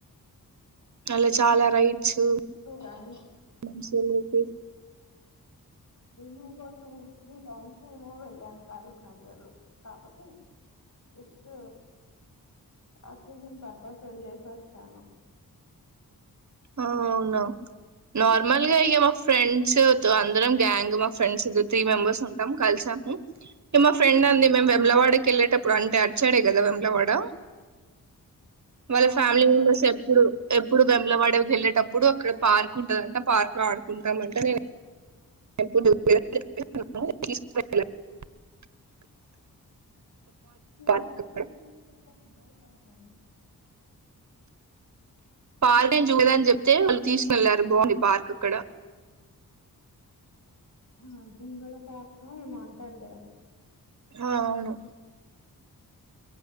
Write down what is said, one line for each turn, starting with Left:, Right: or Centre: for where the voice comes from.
Right: అలా చాలా రైట్స్స్
Left: టైమ్స్
Right: <unintelligible>
Left: నేను ఒక టూ త్రీ టైమ్స్ ఏమో వెళ్ళాను కరీంనగర్ కాకతే జస్ట్ అకేషాన్ పర్పస్ వెళ్ళసి వచ్చాను
Right: అవునా నార్మల్ గా ఇక మా ఫ్రెండ్స్ అందరం గ్యాంగ్ మా ఫ్రెండ్స్ త్రీ మెంబర్స్ ఉం <unintelligible> కలిసాము ఈ మా ఫ్రెండ్ ఉంది మేము వెమ్లవాడకి వెళ్ళేటప్పు ఇప్పుడు అంటే అచ్చాడే కదా వేములవాడా వాళ్ళ
Left: ఆ అవును
Right: ఫ్యామిలీ
Left: దగ్గర
Right: మెంబెర్స్ ఎప్పుడు
Left: అటు
Right: ఎప్పుడు బెమ్ల వాడే వెళ్ళేటప్పుడు అక్కడ పార్క్ ఉందంట ఆ పార్క్ లో ఆడుకుంటామంటే నేను <inaudible>
Left: <unintelligible>
Right: పార్క్ అక్కడ పార్క నేను చూడలేద్ అని చెప్ తే వాళ్ళు తీసుకెళ్లారు బాగుంది పార్క్ ఇక్కడ
Left: హ్మ్ <unintelligible> పార్క్ కా ఏమో అంటారు కదా
Right: ఆ అవును